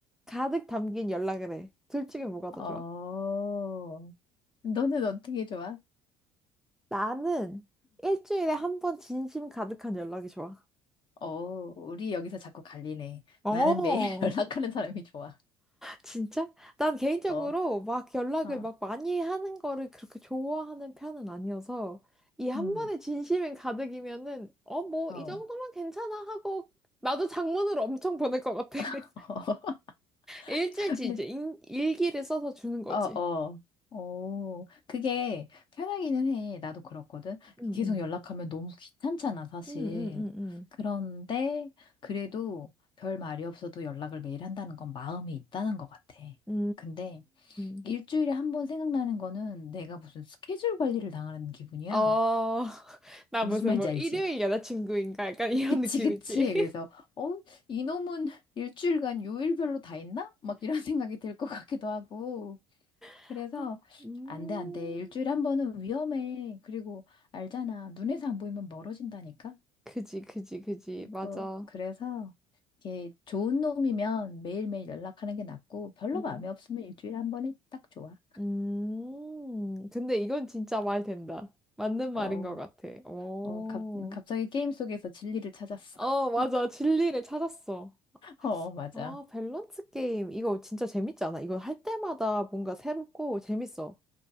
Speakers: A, in the centre; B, on the left (about 45°).
A: 가득 담긴 연락을 해. 둘 중에 뭐가 더
B: 어.
A: 좋아?
B: 너는 어떻게 좋아?
A: 나는 일주일에 한 번 진심 가득한 연락이 좋아.
B: 어, 우리 여기서 자꾸 갈리네.
A: 어,
B: 나는 매일 <laughs> 연락하는 사람이 좋아.
A: 진짜? 난 개인적으로
B: 어,
A: 막 연락을
B: 어,
A: 막 많이 하는 거를 그렇게 좋아하는 편은 아니어서 이 한
B: 음,
A: 번에 진심이 가득이면은 어, 뭐
B: 어,
A: 이
B: 어,
A: 정도면 괜찮아 하고 나도 장문으로 엄청 보낼 것 같아. <laughs>
B: <laughs>
A: 일주일치
B: 근데,
A: 이제 인- 일기를 써서 주는 거지.
B: 어, 어, 어, 그게 편하기는 해. 나도 그렇거든.
A: 응,
B: 계속
A: 응,
B: 연락하면 너무 귀찮잖아, 사실.
A: 응, 응, 응,
B: 그런데, 그래도 별 말이 없어도 연락을 매일 한다는 건 마음이 있다는 것 같아.
A: 응.
B: 근데,
A: 음.
B: 일주일에 한 번 생각나는 거는 내가 무슨 스케줄 관리를 당하는 기분이야.
A: 어, <laughs> 나
B: 무슨
A: 무슨
B: 말인지
A: 뭐
B: 알지?
A: 일요일 여자친구인가 약간 이런
B: 그치,
A: 느낌이지.
B: 그치. 그래서, 어, 이놈은 <laughs> 일주일간 요일별로 다 있나 막 이런 <laughs> 생각이 들 것 같기도 하고.
A: <laughs>
B: 그래서,
A: 아, 음,
B: 안 돼, 안 돼. 일주일에 한 번은 위험해. 그리고, 알잖아. 눈에서 안 보이면 멀어진다니까?
A: 그지, 그지, 그지. 맞아.
B: 어, 그래서, 이게 좋은 놈이면 매일매일 연락하는 게 낫고, 별로
A: 음,
B: 마음에 없으면 일주일에 한 번이 딱 좋아.
A: 음, 근데 이건 진짜 말 된다. 맞는 말인
B: 어,
A: 것 같아. 오,
B: 어, 갑, 갑자기 게임 속에서 진리를 찾았어.
A: 어, 맞아.
B: <laughs>
A: 진리를 찾았어.
B: 어, 맞아.
A: 아, 밸런스 게임. 이거 진짜 재밌지 않아? 이거 할 때마다 뭔가 새롭고 재밌어.